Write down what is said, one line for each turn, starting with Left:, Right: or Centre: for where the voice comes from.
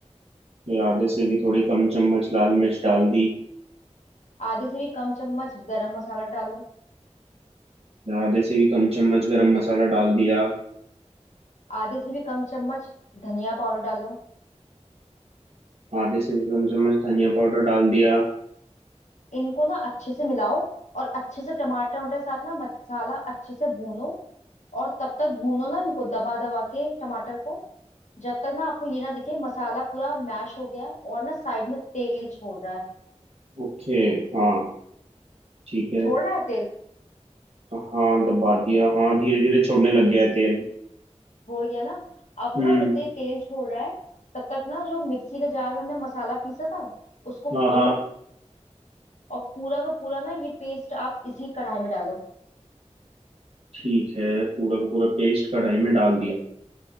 Right: फिर आधे से भी थोड़ी कम चम्मच लाल मिर्च डाल दी
Left: आधे से भी कम चम्मच गरम मसाला डालो
Right: फिर आधे से भी कम चम्मच गरम मसाला डाल दिया
Left: आधे से भी कम चम्मच धनिया पाउडर डालो
Right: आधे से भी कम चम्मच धनिया पाउडर डाल दिया
Left: इनको ना अच्छे से मिलाओ और अच्छे से टमाटर टमाटर के साथ ना मसाला अच्छे से भूनो और तब तक भूनो ना इनको दबा दबा के टमाटर को जब तक ना आपको ये ना दिखे मसाला पूरा मैश हो गया है और ना साइड में तेल छोड़ रहा है
Right: ओके हाँ ठीक है
Left: छोड़ रहा है तेल
Right: हाँ दबा दिया हाँ धीरे धीरे छोड़ने लग गया है तेल
Left: छोड़ गया ना अब
Right: हम्म
Left: ना जब तक ये तेल छोड़ रहा है तब तक ना जो मिक्सी के जार में हमने मसाला पीसा था उसको
Right: हाँ
Left: खोलो
Right: हाँ
Left: और पूरा का पूरा ना ये पेस्ट आप इसी कढ़ाई में डालो
Right: ठीक है पूरा का पूरा पेस्ट कढ़ाई में डाल दिया